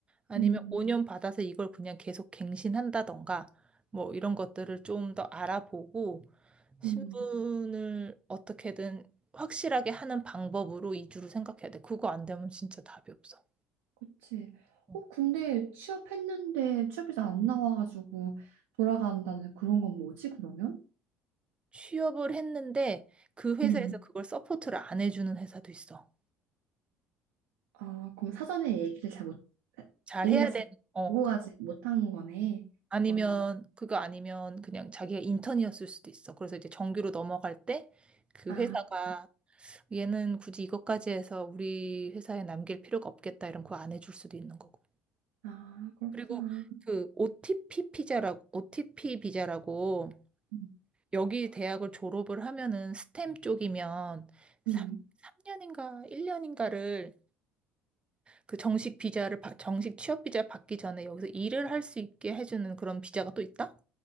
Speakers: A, on the right; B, on the right.
A: 아니면
B: 음,
A: 5년 받아서 이걸 그냥 계속 갱신한다던가 뭐 이런 것들을 좀 더 알아보고 신분을
B: 음,
A: 어떻게든 확실하게 하는 방법으로 이주를 생각해야 돼. 그거 안 되면 진짜 답이 없어.
B: 그치.
A: 어.
B: 어, 근데 취업했는데 취업해서 안 나와가지고 돌아간다는 그런 건 뭐지, 그러면?
A: 취업을 했는데 그 회사에서
B: 음,
A: 그걸 서포트를 안 해주는 회사도 있어.
B: 아, 그럼 사전에 얘기를 잘 못,
A: 잘
B: 얘기가
A: 해야
B: 잘
A: 되는, 어,
B: 오가지
A: 그-
B: 못한 거네,
A: 아니면,
B: 그거는.
A: 그거 아니면 그냥 자기가 인턴이었을 수도 있어. 그래서 이제 정규로 넘어갈 때 그
B: 아,
A: 회사가 얘는 굳이 이것까지 해서 우리 회사에 남길 필요가 없겠다 이런 거 안 해줄 수도 있는 거고.
B: 아, 그렇구나.
A: 그리고 그 OTP 피자라고, OTP 비자라고
B: 음,
A: 여기 대학을 졸업을 하면은 스템 쪽이면 3,
B: 음.
A: 년인가 1년인가를 그 정식 비자를 받- 정식 취업 비자 받기 전에 여기서 일을 할 수 있게 해주는 그런 비자가 또 있다?